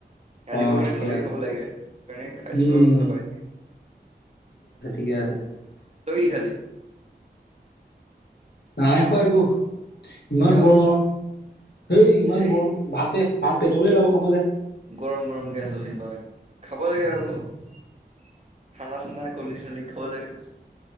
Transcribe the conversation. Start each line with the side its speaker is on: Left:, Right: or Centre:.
Right: ৰাতিপুৱা
Left: অ
Right: মানে
Left: ঠিকে
Right: ভালকে
Left: আছে
Right: খাব লাগে সেইকাৰণে খাই দিছো
Left: উম
Right: আৰু দবাই।
Left: <unintelligible>
Right: তই কি খালি?
Left: নাই খোৱা একো। ইমান
Right: কিয়
Left: গৰম আৰু হেই ইমান
Right: সেই
Left: গৰম ভাতে ভাত পেটলে যাব নোখোজে।
Right: গৰম-গৰম গেছ হচি পাই খাব <unintelligible> ঠাণ্ডা -চান্দা কলদৃং-চলদৃং খাব লাগে।